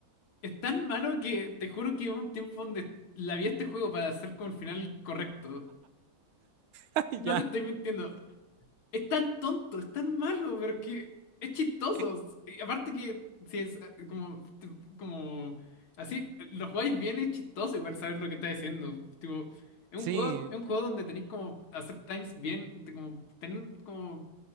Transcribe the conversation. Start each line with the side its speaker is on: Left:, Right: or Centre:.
Left: es tan malo que te juro que hubo un tiempo donde la vi a este juego para hacer como el final correcto.
Right: <laughs>
Left: No
Right: Ya.
Left: te estoy mintiendo. Es tan tonto, es tan malo, pero es que es chistoso.
Right: Eh,
Left: Y aparte que si es eh, como, te- como así, eh, lo jugáis bien, es chistoso igual saber lo que está haciendo. Tipo, es
Right: Sí,
Left: un juego, es un juego donde tenéis como hacer times bien, te- como tener como